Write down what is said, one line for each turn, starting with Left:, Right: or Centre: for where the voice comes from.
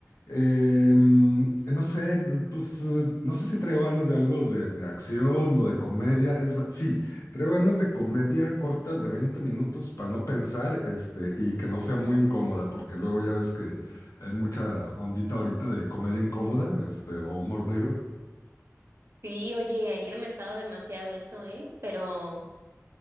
Left: Em, Eh, mm, no sé, pues eh, no sé si traigo ganas de algo de, de acción o de comedia. Es, va- sí, traigo ganas de comedia corta de 20 minutos para no pensar este, y que no sea muy incómoda, porque luego ya ves que hay mucha ondita ahorita de comedia incómoda este, o humor negro.
Right: Sí, oye, ha incrementado demasiado eso, ¿eh? Pero...